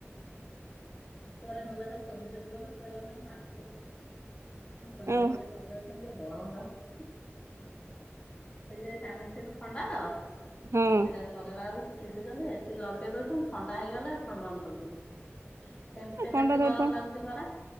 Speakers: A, on the left; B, on the right.
A: ଇଏ ତାର ଗଲା ଖାଲି ଶୋଦୁଛନ୍ତି ଗଲା ମୁଁ କହିଲି ନା ମୁଁ ଆସୁଚି। ମୁଁ କହିଲି
B: ଓ
A: ହେଲା <unintelligible> ଲୋ। ଗରମ ଲାଗୁଚି ଦେଲେ ପାନ ଛେପ୍ ଥଣ୍ଡା ତ।
B: ହଁ
A: ଏ ସି ଟାକୁ ଲଗେଇଲା ବେଳୁକୁ। ସେ ଚିଡୁଛନ୍ତି ଏ ସିି ଲଗେଇ ଦଉଛନ୍ତି ଥଣ୍ଡା ହେଇଗଲେ ପୁଣି ବନ୍ଦ କରିଦଉଛନ୍ତି। ସେମିତିରେ
B: ଥଣ୍ଡା
A: ବେଶୀ
B: ଧରିଥିବ
A: ଗରମ ଲାଗୁଛି ପରା।